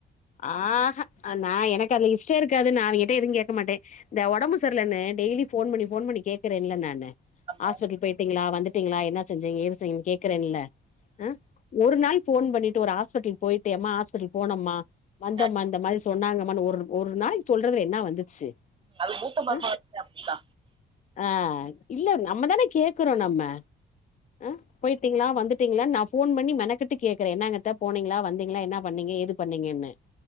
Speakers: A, on the left; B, on the right.
A: ஆஹா நா எனக்கு அதுல இஷ்டோ இருக்காது நா அவகிட்ட எதுவு கேக்க மாட்டே இந்த ஓடம்பு சர்லன்னு டெய்லி ஃபோன் பண்ணி ஃபோன் பண்ணி கேக்குறேன்ல்ல நானு
B: ஆமா
A: ஹாஸ்பிட்டல் போயிட்டீங்களா வந்துட்டீங்களா என்ன செஞ்ச ஏதுசெய் கேக்குறன்ல ஆ ஒரு நாள் ஃபோன் பண்ணிட்டு ஒரு ஹாஸ்பிட்டல் போயிட்டு யம்மா ஹாஸ்பிட்டல் போனம்மா வந்தோமா
B: ஆ
A: இந்த மாரி சொன்னாங்கமானு ஒரு ஒரு நாளைக்கு சொல்றதுல என்னா வந்துச்சு
B: அது மூத்த மருமக
A: அ
B: <inaudible> அப்டிதா
A: ஆ இல்ல நம்மதான கேக்கறோ நம்ம அ போயிட்டீங்களா வந்துட்டீங்களா நா ஃபோன் பண்ணி மெனக்கட்டு கேக்குறே என்னாங்கத்த போனீங்களா வந்தீங்களா என்ன பண்ணீங்க ஏது பண்ணீங்கன்னு